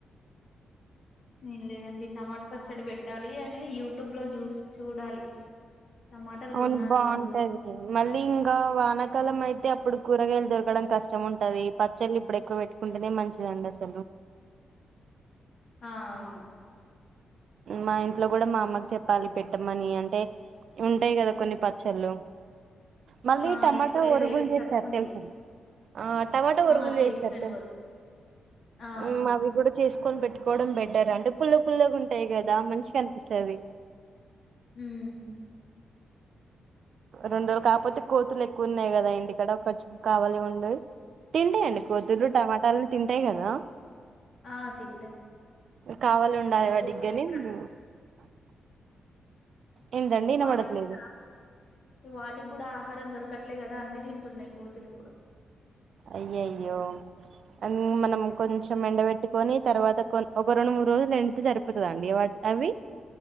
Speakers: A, on the left; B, on the right.
A: ఏం లేదండి టమాట పచ్చడి పెట్టాలి అని యూట్యూబ్ లో చూస్ చూడాలి టమాటాలు
B: అవును
A: కొన్నాను
B: బాగవుంటాది
A: ఈ రోజు
B: మళ్ళీ ఇంకా వానకాలం అయితే అప్పుడు కూరగాయలు దొరుకు రకడం కష్టం ఉంటది పచ్చళ్ళు ఇప్పుడు ఎక్కువ పెట్టుకుంటేనే మంచిదండి అసలు
A: ఆ అవును
B: మా ఇం ట్లో కూడా మాఅమ్మకి చెప్పాలి పెట్ పెట్టమనీ అంటే ఉంటాయి కదా కొన్ని పచ్చళ్ళు మళ్ళీ
A: ఆ
B: టమాట
A: ఇప్పుడే
B: ఒరుగులు
A: రేట్
B: చేస్తారు
A: తక్కువ ఉంది
B: తెలుసా ఆ టమాట ఒరుగులు
A: ఆ
B: చేస్తారు తెలుసా
A: వారు ఆ అవును
B: మ్.. అవి కూడా చేసు కొని పెట్టుకోవడం బెటర్ అంటె పుల పల్ల గు గుంటాయి కదా మంచిగ అనిపిస్తది
A: ఉమ్...
B: రెండు రోజులు కాకపోతే కోతులు ఎక్కువ ఉన్నాయి కదా ఇంటి ఇక్కడ ఖర్చు కావాలి ఉం <unintelligible> తింటాయండి కోతులు టమాటాలు తింటాయిగదా
A: ఆ తింటాయి
B: కావాలండి డేవా
A: పోతే
B: టిగ్గాని
A: ఇప్పుడు
B: <unintelligible>
A: అన్ని
B: ఏందండి ఇనబడట్లేదు
A: వాటికి కూడా వాటికి కూడా ఆహారం దొరకట్లే కదా అన్ని తింటున్నాయి కోతులు ఇప్పుడు
B: అయ్యయ్యో అమ్ మనం కొంచెం ఎండబెట్టుకొని తర్వాత ఒక రెండు మూడు రోజులు ఎండితే సరిపోతుందా అండి అవి